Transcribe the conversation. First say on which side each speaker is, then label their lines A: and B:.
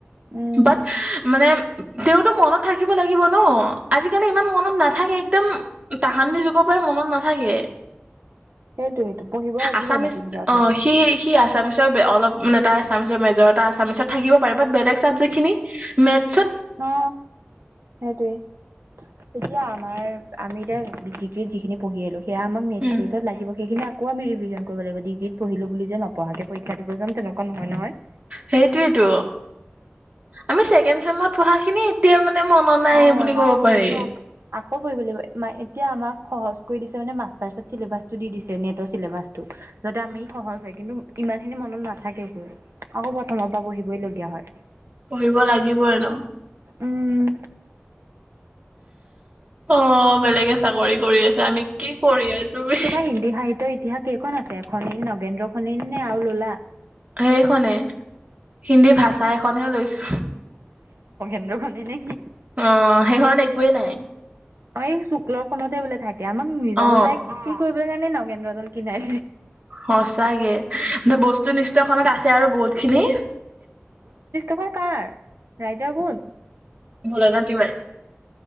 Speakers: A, on the right (about 75°); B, on the right (about 35°).
A: উম
B: বাট মানে- তেওঁতো মনত থাকিব লাগিব ন আজিকালি ইমান মনত নাথাকে একদম তাহানিৰ যুগৰ পৰাই মনত- নেথাকে।
A: সেইটোৱেইটো পঢ়িব লাগিবই
B: আছামিজ
A: নতুনকে আকৌ
B: অঁ সি সি- এছামিছৰ অলপ মানে এটা এছামিছৰ মেজৰ এটা এছামিছত থাকিব পাৰে বাট বেলেগ চাবজেক্টখিনি মেথ-
A: অ সেইটোৱে। তেতিয়া আমাৰ, আমি এতিয়া ডিগ্ৰীত যিখিনি পঢ়ি আহিলোঁ, সেয়া আমাক নেক্সট
B: উম।
A: গ্ৰেদত লাগিব সেইকেইটা আকো আমি ৰিভিজন কৰিব লাগিব ডিগ্ৰী পঢ়িলো বুলি যে নপঢ়াকে পৰীক্ষা দিব যাম তেনেকুৱা নহয় নহয়
B: সেইটোয়ে তো আমি ছেকেণ্ড চেমত পঢ়া খিনি- এতিয়া মানে মনত নাই
A: অঁ
B: বুলি ক'ব
A: সেইটোৱেই।
B: পাৰি
A: আকৌ পঢ়িব লাগিব এতিয়া আমাক। সহজ কৰি দিছে মানে মাষ্টাৰ্চত চিলেবাচটো দি দিছে নেটৰ চিলেবাটো। যাতে
B: উম
A: আমি সহজ হয় কিন্তু- ইমান খিনি মনত নাথাকে গৈ আকৌ প্ৰথমৰ পৰা পঢ়িবই লগীয়া হয়।
B: পঢ়িবই লাগিবই ন।
A: উম।
B: অঁ বেলেগে চাকৰি কৰি আছে আমি কি কৰি আছো। বে।
A: তোমাৰ হিন্দী সাহিত্যৰ ইতিহাস কেইখন আছে এখনেই নগেন্দ্ৰ খনিনে নে আৰু ললা?
B: সেইখনে হিন্দী ভাষা এখনহে লৈছো।
A: হিন্দী নেকি।
B: অ সেইখনত একোৱে নাই
A: অ এই শুক্ল খনততে বোলে থাকে। আমাক নেজানো
B: অ
A: চাই কি কৰিব কাৰণে নগেন্দ্ৰডাল কিনাই।
B: সচাকে মানে বস্তু নিষ্ঠখনত আছে আৰু বহুত খিনি।
A: কোন কাৰ ৰাইডাৰ কোন।
B: ভোলেনাথ তিৱাৰী